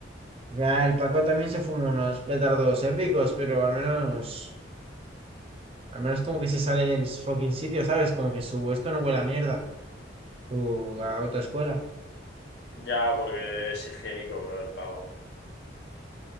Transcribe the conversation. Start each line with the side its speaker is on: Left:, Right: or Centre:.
Right: Ya el Paco también se fuma unos petardos épicos, pero al menos, al menos como que se sale del fucking sitio, ¿sabes? Como que su esto no huele a mierda, su autoescuela.
Left: Ya, porque es higiénico, bro, el pavo.